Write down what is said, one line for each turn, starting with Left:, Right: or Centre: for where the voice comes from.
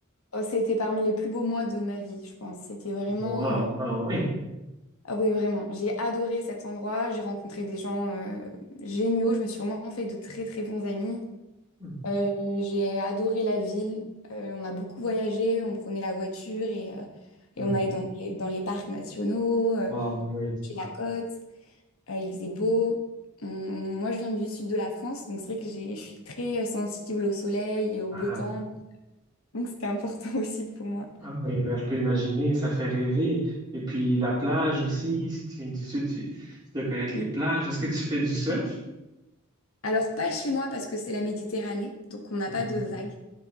Left: Oh, c'était parmi les plus beaux mois de ma vie, je pense. C'était vraiment.
Right: Wow,
Left: euh,
Right: ah oui.
Left: Ah oui, vraiment. J'ai adoré cet endroit. J'ai rencontré des gens euh, géniaux. Je me suis vraiment fait de très, très bons amis.
Right: Hmm,
Left: Euh, j'ai adoré la ville. Euh, on a beaucoup voyagé. On prenait la voiture et, euh,
Right: hmm.
Left: et on allait dans, des- dans les parcs nationaux, euh,
Right: Ah oui.
Left: chez la côte. Euh, il faisait beau. On- moi, je viens du sud de la France. Donc, c'est vrai que j'ai- je suis très euh, sensible au soleil et au
Right: Ah,
Left: beau temps. Donc, c'était important <laughs> aussi pour moi.
Right: ah oui, ben, je peux imaginer, ça fait rêver. Et puis la plage aussi, si tu viens du sud, tu, tu dois connaître
Left: Mm.
Right: les plages. Est-ce que tu fais du surf?
Left: Alors, pas chez moi parce que c'est la Méditerranée. Donc, on n'a
Right: Mhm.
Left: pas de vagues.